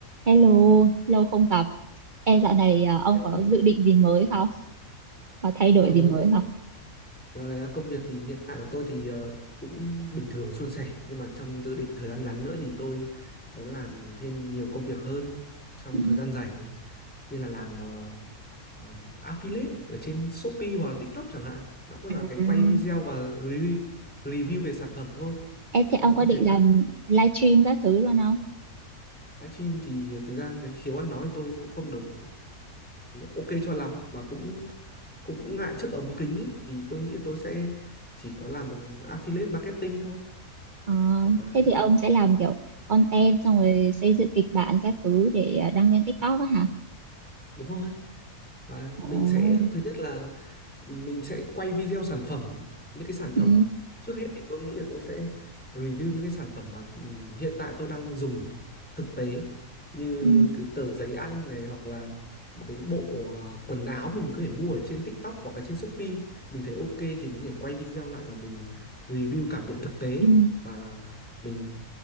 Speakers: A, on the right; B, in the centre.
A: Hello, lâu không gặp. Ê, dạo này à, ông
B: Hello.
A: có dự định gì mới không? Có thay đổi
B: Ờ,
A: gì mới
B: dạ-
A: không?
B: dạo này công việc thì hiện tại của tôi thì ờ, cũng bình thường suôn sẻ nhưng mà trong dự định thời gian ngắn nữa thì tôi muốn làm thêm nhiều công việc hơn trong
A: Ừ.
B: thời gian rảnh như là làm ờ, ờ, affiliate ở trên Shopee hoặc là TikTok chẳng hạn nó cũng
A: À,
B: là cái quay video và review, review về sản phẩm thôi
A: ê, thế ông
B: nhưng mà
A: có
B: tôi
A: định
B: thấy khả-
A: làm livestream các thứ luôn không?
B: livestream thì thực ra cái khiếu ăn nói tôi cũng không được ok cho lắm mà cũng cũng ngại trước ống kính ý, thì tôi nghĩ tôi sẽ chỉ có làm affiliate marketing thôi
A: Ờ,
B: hoặc là
A: thế thì ông sẽ làm kiểu content xong rồi xây dựng kịch bản các thứ để à, đăng lên TikTok á hả?
B: đúng rồi và mình
A: Ồ,
B: sẽ thứ nhất là mình sẽ quay video sản phẩm những cái sản phẩm
A: ừ,
B: trước hết thì tôi nghĩ là tôi sẽ review những cái sản phẩm mà ừ, hiện tại tôi đang dùng thực tế như
A: ừ,
B: cái tờ giấy ăn này hoặc là một cái bộ ờ, quần áo mình có thể mua ở trên TikTok hoặc là trên Shopee mình thấy ok thì mình có thể quay video lại và mình review cảm nhận thực tế
A: ừ.
B: và mình